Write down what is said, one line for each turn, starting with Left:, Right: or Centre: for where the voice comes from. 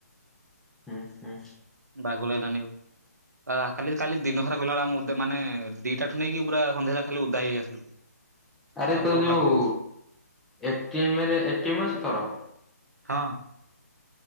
Centre: ଉଁ ହୁଁ।
Right: ବାଗଲାଗିଲାନି ଆଉ। ଆ କାଲି, କାଲି ଦିନସାରା ଗଲାବେଳେ ଆମେ ଓଦା ମାନେ ଦିଟାଠୁ ନେଇକି ପୁରା ସନ୍ଧ୍ୟା ଯାଏଁ ଖାଲି ଓଦା ହେଇ ହେଇ ଆସିଲୁ।
Centre: ଆରେ
Right: ଆବୁଧା
Centre: ତୋ
Right: ଗୋଟେ
Centre: ଯୋଉ
Right: ଲାଗୁଥିବ
Centre: ଏଟିଏମ୍ ରେ ଏଟିଏମ୍ ଅଛି ତୋର?
Right: ହଁ।